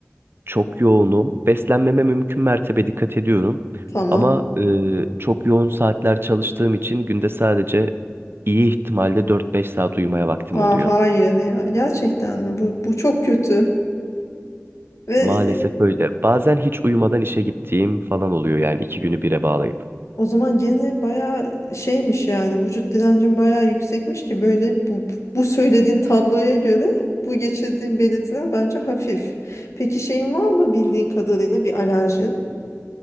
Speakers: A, on the right; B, on the left.
A: çok yoğunum. Beslenmeme mümkün mertebe dikkat ediyorum.
B: tamam.
A: Ama e, çok yoğun saatler çalıştığım için günde sadece iyi ihtimalle dört beş saat uyumaya vaktim
B: Aa,
A: oluyor.
B: hayır ya. Gerçekten mi? Bu, bu çok kötü. Ve
A: Maalesef öyle. Bazen hiç uyumadan işe gittiğim falan oluyor yani iki günü bire bağlayıp.
B: O zaman gene bayağı şeymiş yani vücut direncin bayağı yüksekmiş ki böyle bu, bu söylediğin tabloya göre bu geçirdiğin belirtiler bence hafif. Peki şeyin var mı bildiğin kadarıyla bir alerjin?